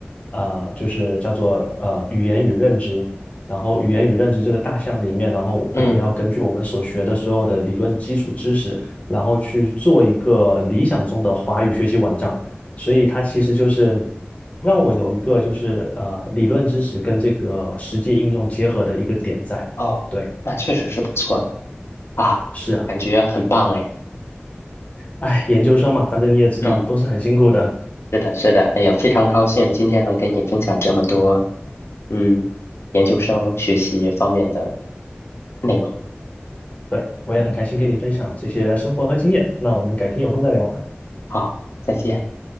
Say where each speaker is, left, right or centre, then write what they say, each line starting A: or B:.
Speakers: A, on the left (about 35°); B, on the left (about 80°).
A: 啊、就是叫做呃语言与认知，然后语言与认知这个大项里面，然后我们要根据我们所学的所有的理论基础知识，
B: 嗯
A: 然后去做一个理想中的华语学习网站。所以它其实就是让我有一个就是呃理论知识跟这个实际应用结合的一个点在。
B: 哦，
A: 对，
B: 那确实是不错的啊，
A: 是啊，
B: 感觉很棒哎。
A: 哎，研究生嘛，反正你也知道，
B: 嗯，
A: 都是很辛苦的。
B: 是的，是的，哎呀，非常高兴今天能跟你分享这么多，嗯，研究生学习方面的。那个，
A: 对，我也很开心跟你分享这些生活和经验。
B: 嗯，
A: 那我们改天有空再聊吧，
B: 好，再见。